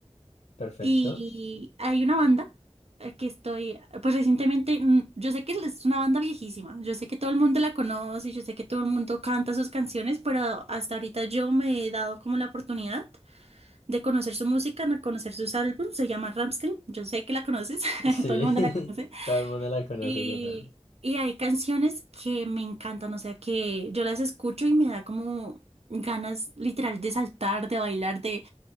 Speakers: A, on the left; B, on the right.
A: Perfecto.
B: y hay una banda eh, que estoy, pues recientemente, mm, yo sé que es una banda viejísima, yo sé que todo el mundo la conoce, yo sé que todo el mundo canta sus canciones, pero hasta ahorita yo me he dado como la oportunidad de conocer su música, de conocer sus álbumes, se llama Rammstein, yo sé que la conoces, <laughs>
A: Sí,
B: todo el mundo la conoce.
A: <laughs> todo el mundo la conoce
B: Y,
A: total.
B: y hay canciones que me encantan, o sea, que yo las escucho y me da como ganas literal de saltar, de bailar, de,